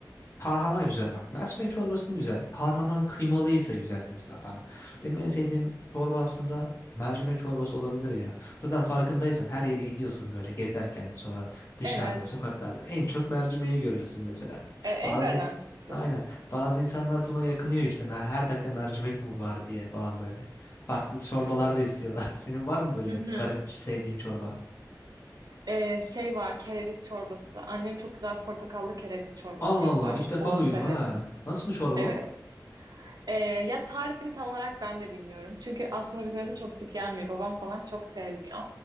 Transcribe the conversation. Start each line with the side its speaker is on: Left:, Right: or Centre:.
Left: tarhana güzel bak. Mercimek çorbasının güzel. Tarhana kıymalıysa güzel mesela bana. Benim en sevdiğim çorba aslında mercimek çorbası olabilir ya. Zaten farkındaysan her yere gidiyorsun böyle gezerken sonra dışarıda
Right: Evet.
Left: sokaklarda en çok mercimeği görürsün mesela.
Right: E,
Left: Bazı
Right: en garantisi.
Left: aynen bazı insanlar buna yakınıyor işte "Me- her dakika mercimek mi var diye falan böyle. Farklı çorbalar
Right: Hı.
Left: da istiyorlar. <laughs> Senin var mı böyle
Right: Hı hı.
Left: garip sevdiğin çorba?
Right: E, şey var kereviz çorbası. Annem çok güzel portakallı kereviz çorbası
Left: Allah
Right: yapar.
Left: Allah ilk defa
Right: Onu
Left: duydum
Right: severim.
Left: ha. Nasıl bu çorba?
Right: Evet. Ee, ya tarifini tam olarak ben de bilmiyorum. Çünkü aslında bizim evde çok sık yenmiyor. Babam falan çok sevmiyor.